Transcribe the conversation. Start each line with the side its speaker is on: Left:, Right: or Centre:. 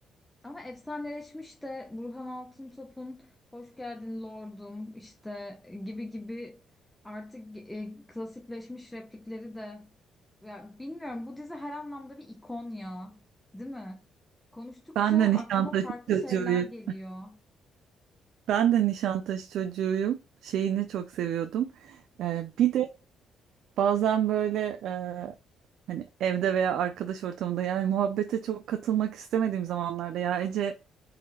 Centre: ama efsaneleşmiş de Burhan Altıntop'un Hoş geldin lordum işte gibi gibi artık e, klasikleşmiş replikleri de ya bilmiyorum bu dizi her anlamda bir ikon ya değil mi? Konuştukça
Right: Ben de
Centre: aklıma
Right: Nişantaşı
Centre: farklı
Right: çocuğuyum.
Centre: şeyler geliyor.
Right: Ben de Nişantaşı çocuğuyum. Şeyini çok seviyordum. Ee, bir de bazen böyle e, hani evde veya arkadaş ortamında yani muhabbete çok katılmak istemediğim zamanlarda ya Ece